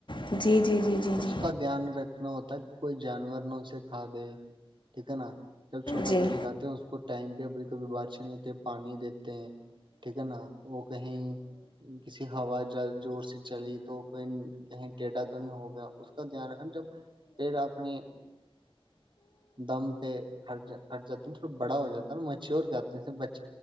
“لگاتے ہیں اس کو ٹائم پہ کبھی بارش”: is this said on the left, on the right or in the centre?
Right